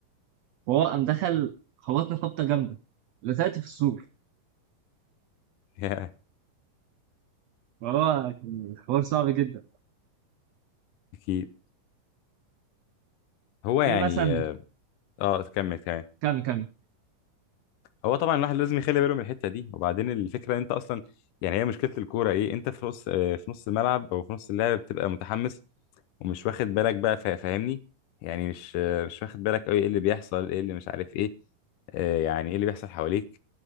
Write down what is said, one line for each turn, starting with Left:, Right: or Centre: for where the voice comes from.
Right: وهو قام دخل خبطني خبطه جامده لزقت في السور
Left: <laughs>
Right: فهو كان الحوار صعب جدا
Left: اكيد هو يعني
Right: ايه مثلا
Left: اه آه، تكمل كمان
Right: كام كام
Left: هو طبعا الواحد لازم يخلي باله من الحته دي وبعدين الفكره ان انت اصلا يعني هي مشكله الكوره ايه انت في نص آه، في نص الملعب او في نص اللعب بتبقى متحمس ومش واخد بالك بقى فا- فاهمني يعني مش آه، مش واخد بالك قوي ايه اللي بيحصل ايه اللي مش عارف ايه آه، يعني ايه اللي بيحصل حواليك